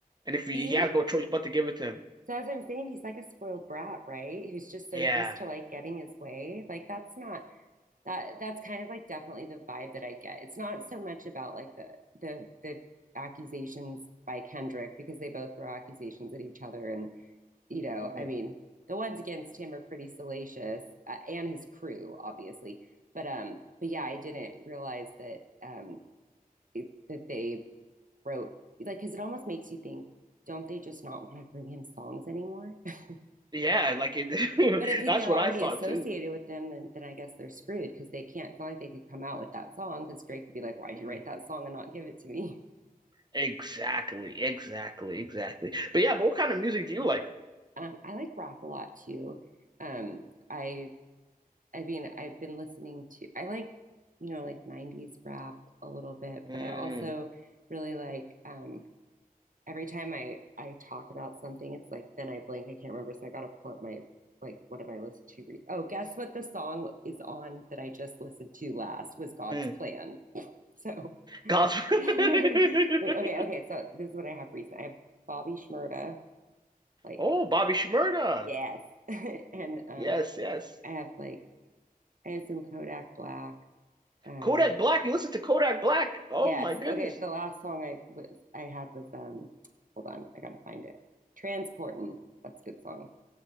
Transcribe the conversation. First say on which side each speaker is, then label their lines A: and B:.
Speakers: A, on the right; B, on the right.
A: and if he,
B: See?
A: he has no choice but to give it to him.
B: So, as I'm saying, he's like a spoiled brat, right? Who's just so
A: Yeah,
B: used to like getting his way. Like, that's not that, that's kind of like definitely the vibe that I get. It's not so much about like the, the, the, accusations by Kendrick because they both throw accusations at each other and you know,
A: Mhm.
B: I mean, the ones against him are pretty salacious, uh, and his crew, obviously. But um, but yeah, I didn't realize that um it, that they wrote like because it almost makes you think, don't they just not want to bring him songs anymore? <laughs>
A: yeah, like it,
B: but if he,
A: <laughs> that's
B: they're
A: what
B: already
A: I thought
B: associated
A: too.
B: with them, then then I guess they're screwed because they can't. It's not like they could come out with that song because Drake could be like, why'd
A: Mhm.
B: you write that song and not give it to me? <laughs>
A: Exactly, exactly, exactly. But yeah, but what kind of music do you like?
B: Um, I like rap a lot too. Um, I I mean, I've been listening to, I like, you know, like 90s rap a little bit,
A: Mm,
B: but I also really like, um, every time I, I talk about something, it's like, then I blank, I can't remember. So I got to pull up my, like, what have I listened to? Re- oh, guess what the song is on that I just listened to last was God's
A: mm.
B: Plan. So,
A: Gospel.
B: <laughs> okay,
A: <laughs>
B: okay. So this is what I have recent. I have Bobby Shmurda, like,
A: Oh, Bobby Shmurda.
B: yes. <laughs> and, um,
A: Yes, yes.
B: I have like, I have some Kodak Black. Um,
A: Kodak Black. You listen to Kodak Black. Oh
B: Yes.
A: my goodness.
B: Okay. The last song I was I had was um hold on, I gotta find it. Transportin'. That's a good song.